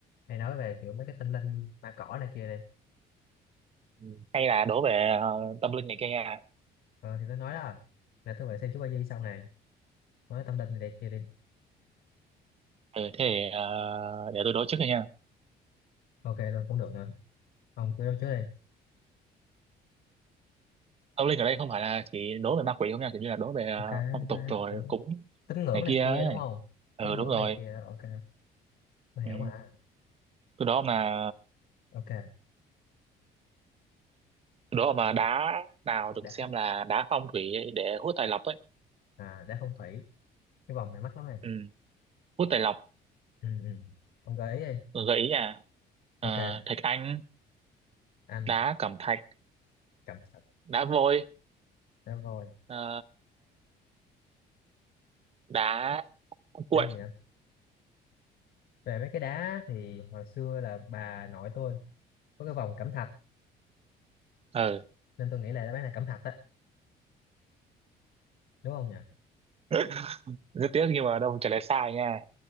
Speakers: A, on the left; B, on the right.
A: hay nói về kiểu mấy cái tâm linh ma cỏ này kia này
B: Ừ. hay là đố về ờ, tâm linh này kia nha
A: ờ, thì tôi nói đó là tôi về xem chú ba chi sau này nói tâm linh này, này kia đi
B: ừ thế thì, ờ, để tôi đố trước đi nha
A: ok luôn cũng được nữa ông cứ trước đi
B: tâm linh ở đây không phải là chỉ đố về ma quỷ không nha kiểu như là đố về ờ,
A: ok
B: phong tục
A: quá
B: rồi
A: kiểu
B: cúng
A: tín ngưỡng
B: này
A: này
B: kia
A: kia
B: ấy
A: đúng không
B: ừ
A: tín
B: đúng
A: ngưỡng
B: rồi
A: này kia ok tôi hiểu
B: ừ.
A: mà
B: tôi đố ông là
A: ok
B: đó mà đá nào được
A: đã
B: xem là đá phong thủy để hút tài lộc ấy
A: à, đã phong thủy cái vòng này mắc lắm này
B: ừ. hút tài lộc
A: ừ, ừ. ông gợi ý đi
B: gợi ý nha Ờ,
A: ok
B: thạch anh
A: anh
B: đá cẩm thạch
A: cẩm thạch
B: đá vôi
A: đá voi
B: ờ, đá cuội
A: đá gì đó về mấy cái đá thì hồi xưa là bà nội tôi có cái vòng cẩm thạch
B: ừ.
A: nên tôi nghĩ là đáp án là cẩm thạch á đúng không nhỉ
B: <laughs> rất tiếc nhưng mà đâu trả lời sai nha